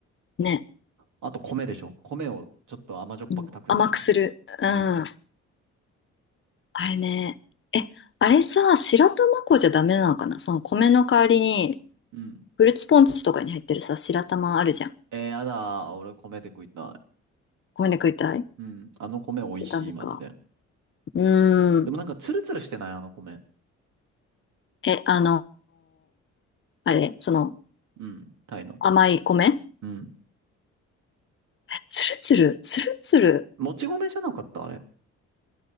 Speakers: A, on the left (about 40°); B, on the right (about 75°).
A: ね。
B: あと、米でしょ。米をちょっと甘じょっぱく炊くんでしょ。
A: うん、甘くする。うん。
B: うん。
A: あれね。え、あれさ、白玉粉じゃダメなのかなその米の代わりに、
B: うん。
A: フルーツポンチとかに入ってるさ、白玉あるじゃん。
B: えー、やだー。俺、米で食いたい。
A: 米で食いたい
B: うん。あの米美味しい、
A: ダメか。
B: マジで。
A: うーん。
B: でもなんかツルツルしてないあの米。
A: え、あの、あれ、その、
B: うん。タイの。
A: 甘い米
B: うん。
A: え、つるつる、つるつる。
B: もち米じゃなかったあれ。